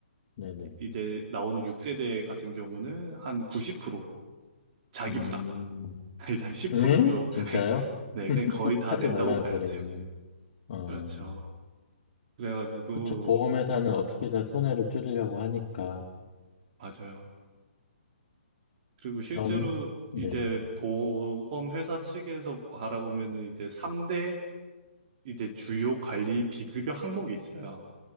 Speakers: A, on the left (about 45°); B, on the right (about 40°).
A: 네네.
B: 이제 나오는 6세대 같은 경우는 한 90% 자기
A: 음,
B: 부담 <laughs> 이제 한 10%
A: 네?
B: 정도
A: 진짜요?
B: 네,
A: <laughs>
B: 그냥 거의 다
A: 하지
B: 낸다고
A: 말라는
B: 봐야죠.
A: 소리구나. 어,
B: 그렇죠. 그래가지고,
A: 그쵸. 보험회사는 어떻게든 손해를 줄이려고 하니까.
B: 맞아요. 그리고 실제로
A: 점, 네,
B: 이제 보험 회사 측에서 알아보면은 이제 3대 이제 주요 관리 비급여 항목이 있어요.